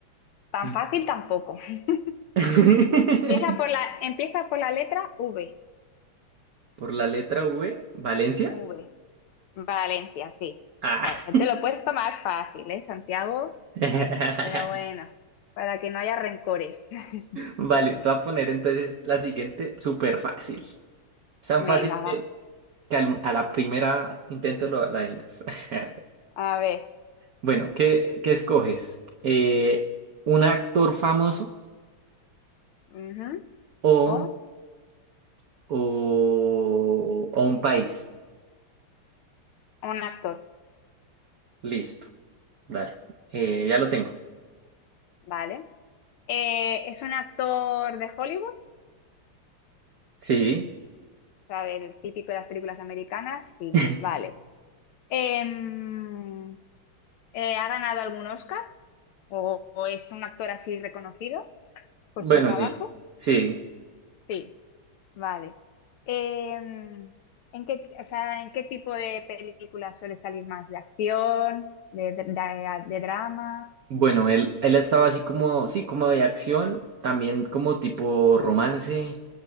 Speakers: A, on the left; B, on the right.
A: tan
B: Mm.
A: fácil tampoco. <laughs>
B: <laughs>
A: Empieza por la, empieza por la letra V.
B: Por la letra V, Valencia.
A: Vs. Valencia, sí.
B: Ah.
A: Eh, ya te lo he puesto más fácil, ¿eh, Santiago?
B: <laughs>
A: Pero bueno, para que no haya rencores. <laughs>
B: Vale, te voy a poner entonces la siguiente súper fácil. Es tan fácil
A: Venga, va.
B: que, que al- a la primera intento lo la adivinas. <laughs>
A: A ver.
B: Bueno, ¿qué, qué escoges? Eh, ¿un actor famoso
A: ujú.
B: o,
A: O
B: o, o un país?
A: un actor,
B: Listo, dale. Eh, ya lo tengo.
A: ¿vale? Eh, ¿es un actor de Hollywood?
B: Sí.
A: O sea, del típico de las películas americanas, sí.
B: <laughs>
A: Vale. Em, eh, ¿ha ganado algún Oscar? ¿O, o es un actor así reconocido por
B: Bueno,
A: su trabajo?
B: sí, sí.
A: Sí. Vale. Em, ¿en qué, o sea, ¿en qué tipo de películas suele salir más? ¿De acción? ¿De, de, de- de drama?
B: Bueno, él, él estaba así como, sí, como de acción, también como tipo romance.